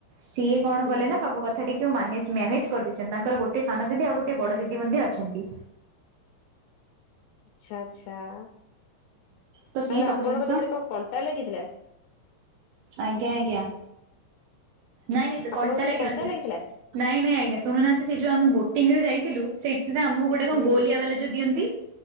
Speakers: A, on the right; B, on the left.
A: ସିଏ କଣ
B: ହୁଁ
A: କଲେ
B: ହୁଁ
A: ନା ବୁ କଥା ଟିକୁ ମ୍ୟାନେଜ୍ କରିଦେଇଛନ୍ତି ତାଙ୍କର ଗୋଟେ ସାନ ଦିଦି ଆଉ ଗୋଟେ ବଡ ଦିଦି ମଧ୍ୟ ଅଛନ୍ତି।
B: <unintelligible> ଆଛା ଆଛା ତାହେଲେ
A: ତ ସିଏ ସବୁ
B: ଆପଣଙ୍କ
A: ଜିନିଷ
B: ଦେହରେ କଣ କଣ୍ଟା ଲାଗିଥିଲା।
A: ଆଜ୍ଞା ଆଜ୍ଞା ନାଇଁ ନାଇଁ ତ
B: ଆପଣଙ୍କ
A: କଣ୍ଟା
B: ଦେହରେ
A: ଲାଗି ନ
B: ଲାଗିଥିଲା
A: ନାଇଁ ନାଇଁ ଆଜ୍ଞା ଶୁଣୁନାହାନ୍ତି ସେ ଯଉ ଆମେ ବୋଟିଂ ରେ ଯାଇଥିଲୁ ସେଥି ପାଇଁ ଆମକୁ ଗୋ ଟା କଣ
B: ହୁଁ
A: ଗୋଲିଆ
B: ହୁଁ
A: ବାଲା ଯୋଉ ଦିଅନ୍ତି